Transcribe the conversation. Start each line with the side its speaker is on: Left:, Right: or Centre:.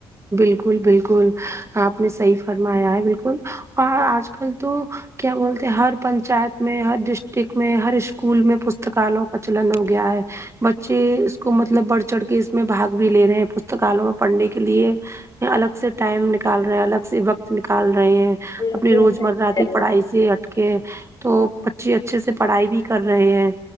Right: بالکل بالکل آپ نے صحیح فرمایا ہے بالکل اور آج کل تو کیا بولتے ہیں ہر پنچایت میں ہر ڈسٹک میں ہر اسکول میں پستکالوں کا چلن ہو گیا ہے بچے اس کو مطلب بڑھ چڑھ کے اس میں باگ بھی لے رہے ہیں پستکالوں میں پڑھنے کے لیے الگ سے ٹائم نکال رہے ہیں الگ سے وقت نکال رہے ہیں
Left: بالکل
Right: اپنی روز
Left: صحیح
Right: مرہ
Left: کہہ
Right: کی
Left: رہی ہیں
Right: پڑھائی سے ہٹ کے تو بچے اچھے سے پڑھائی بھی کر رہے ہیں